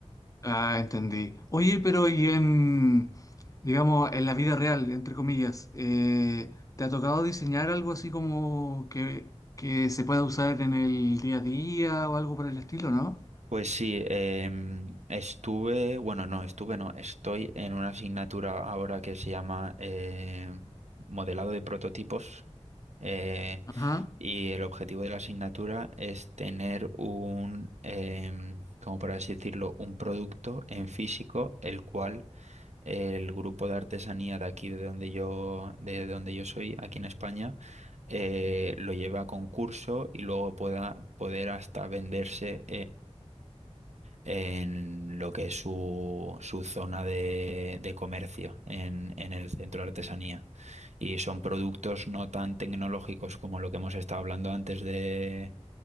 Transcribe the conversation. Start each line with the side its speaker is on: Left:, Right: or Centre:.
Left: Ah, entendí. Oye, pero y en, digamos, en la vida real, entre comillas, eh, ¿te ha tocado diseñar algo así como que, que se pueda usar en el día a día o algo por el estilo, ¿no?
Right: Pues sí, em, estuve, bueno, no, estuve, no, estoy en una asignatura ahora que se llama eh, modelado de prototipos eh,
Left: Ajá.
Right: y el objetivo de la asignatura es tener un, em, como por así decirlo, un producto en físico, el cual el grupo de artesanía de aquí, de donde yo, de donde yo soy, aquí en España, eh, lo lleva a concurso y luego pueda poder hasta venderse en lo que es su, su zona de, de comercio en, en el centro de artesanía. Y son productos no tan tecnológicos como lo que hemos estado hablando antes de,